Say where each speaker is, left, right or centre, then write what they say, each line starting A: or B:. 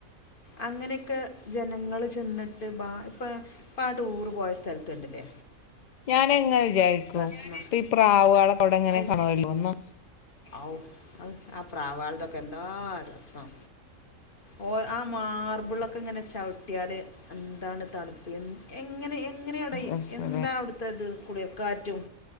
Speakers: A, on the left; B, on the left.
A: അങ്ങനെയൊക്കെ ജനങ്ങള് ചെന്നിട്ട്, ഇപ്പ ടൂർ പോയ സ്ഥലത്തു കണ്ടില്ലേ
B: ഞാന ഇങ്ങനെ വിചാരിക്കും
A: സ്മ
B: ഇപ്പൊ ഈ പ്രാവുകളെ അവിടെ എങ്ങനെ
A: ഔ
B: കാണുല്ലോന്ന്
A: ഔ അ ആ പ്രാവുകൾക്കൊക്കെ എന്താ രസം. ഓ ആ മാർബിളൊക്കെ ഇങ്ങനെ ചവിട്ടിയാല് എന്താണ് തണുപ്പ് എങ്ങനെ എങ്ങനെയ അവിടെ
B: രസല്ലേ
A: എന്താണ് അവിടുത്തെ തത് ഇത് കുളിർ ക്കാറ്റും